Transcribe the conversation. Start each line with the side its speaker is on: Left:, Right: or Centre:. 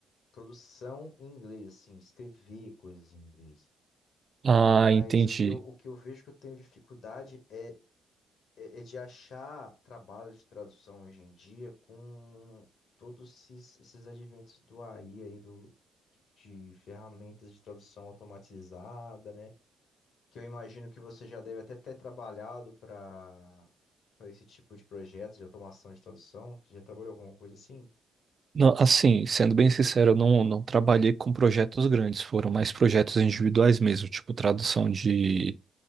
Left: produção em inglês, assim, escrever coisas em inglês.
Right: Ah,
Left: Mas
Right: entendi.
Left: o que eu, o que eu vejo que eu tenho dificuldade é, é, é de achar trabalho de tradução hoje em dia com todos esses, esses adventos do AI aí, do, de ferramentas de tradução automatizada, né? Que eu imagino que você já deve até ter trabalhado para para esse tipo de projeto de automação de tradução. Você já trabalhou com alguma coisa assim?
Right: Não, assim, sendo bem sincero, eu não, não trabalhei com projetos grandes, foram mais projetos individuais mesmo, tipo tradução de